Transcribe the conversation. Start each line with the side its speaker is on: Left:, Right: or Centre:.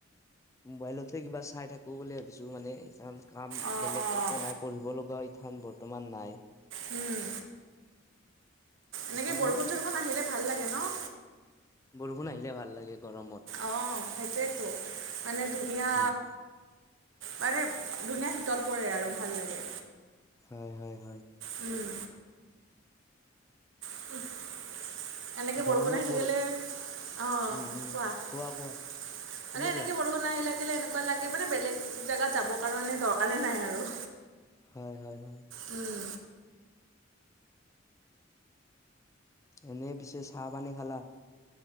Left: মোবাইলতে কিবা চাই থাকো বুলি ভাবিছো মানে কাম-কাম
Right: অঁ
Left: বেলেগ
Right: অঁ
Left: কাকো নাই। পঢ়িব লগা ইথান বৰ্তমান নাই।
Right: উম,
Left: সেইকাৰণে
Right: এনেকে বৰষুণ চৰষুণ আহিলে ভাল লাগে ন?
Left: বৰষুণ আহিলে ভাল লাগে গৰমত।
Right: অ, সেইটোৱেতো মানে ধুনীয়া
Left: উম
Right: মানে ধুনীয়া শীতল পৰে আৰু ভাল লাগে।
Left: হয়-হয়-হয়।
Right: উম, <unintelligible> এনেকে
Left: গৰমত
Right: বৰষুণ আহি থাকিলে
Left: বৰো
Right: অ,
Left: উম উম
Right: কোৱা মানে
Left: কোৱা তুমি
Right: এনেকে
Left: কোৱা
Right: বৰষুণ আহিলে কেলে এনেকুৱা লাগে মানে বেলেগ জেগাত যাবৰ কাৰণে দৰকাৰেই নাই আৰু।
Left: হয়- হয়- হয়।
Right: উম,
Left: এনেই পিছে চাহ পানী খালা?